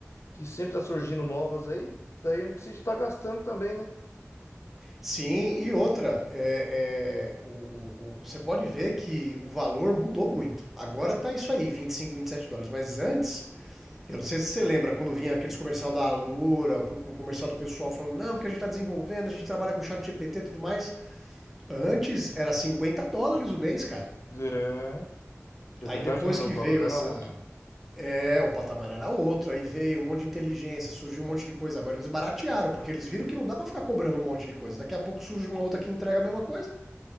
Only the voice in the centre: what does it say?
Sim, e outra, é, é, o- o- o- você pode ver que o valor mudou muito. Agora tá isso aí, vinte vinte e cinco vinte e sete dólares. Mas antes, eu não sei se você lembra, quando vinha aqueles comercial da Alura, o comercial do pessoal falando, não, que a gente está desenvolvendo, a gente trabalha com chat GPT e tudo mais. Antes era 50 dólares o mês, cara.
Aí
depois
que
veio
essa.
É, o patamar era outro, aí veio um monte de inteligência, surgiu um monte de coisa. Agora eles baratearam, porque eles viram que não dá pra ficar cobrando um monte de coisa. Daqui a pouco surge uma outra que entrega a mesma coisa.